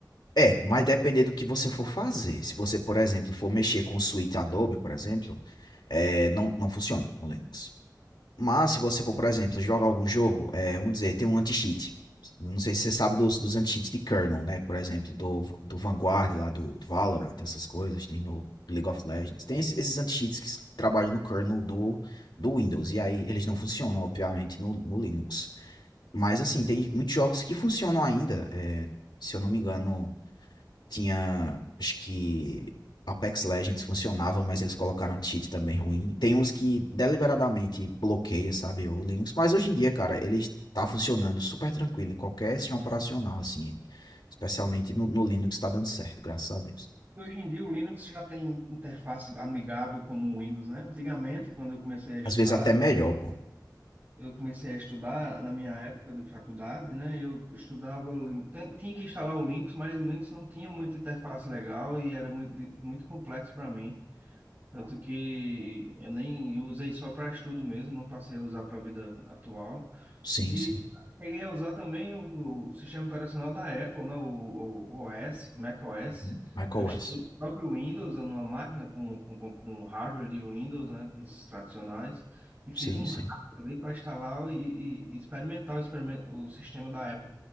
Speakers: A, on the left (about 80°); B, on the right (about 30°).
A: É, mas depender do que você for fazer. Se você, por exemplo, for mexer com o suíte Adobe, por exemplo, é, não, não funciona no Linux. Mas se você for, por exemplo, jogar algum jogo, é, vamos dizer, tem um anti-cheat. Eu Não sei se você sabe dos, dos anti-cheats de kernel, né? Por exemplo, do, do Vanguard lá, do, do Valorant, essas coisas, tem no League of Legends. Tem esse- esses anti-cheats que trabalham no kernel do, do Windows. E aí eles não funcionam, obviamente, no, no Linux. Mas assim, tem muitos jogos que funcionam ainda. é, se eu não me engano, tinha, acho que Apex Legends funcionava, mas eles colocaram um cheat também ruim. Tem uns que deliberadamente bloqueia, sabe, o Linux. Mas hoje em dia, cara, ele tá funcionando super tranquilo em qualquer sistema operacional, assim. Especialmente no, no Linux tá dando certo, graças a Deus.
B: E Hoje em dia o Linux já tem interface amigável como o Windows, né? Antigamente, quando eu comecei a estudar,
A: Às vezes até melhor, pô.
B: Eu comecei a estudar na minha época de faculdade, né? Eu estudava, o Lin- ten- tinha que instalar o Linux, mas o Linux não tinha muita interface legal e era muito, di- muito complexo para mim. Tanto que eu nem eu usei só para estudo mesmo, não passei a usar para a vida atual.
A: Sim,
B: E
A: sim.
B: queria usar também o, o sistema operacional da Apple, né? O, o o OS, macOS.
A: Uhum. macOS.
B: Eu instalei o próprio Windows numa máquina com, com, com com hardware de Windows, né? Esses tradicionais. E fiz
A: Sim,
B: um
A: sim.
B: hack ali para instalar e, e- e experimentar o, experimen- o sistema da Apple.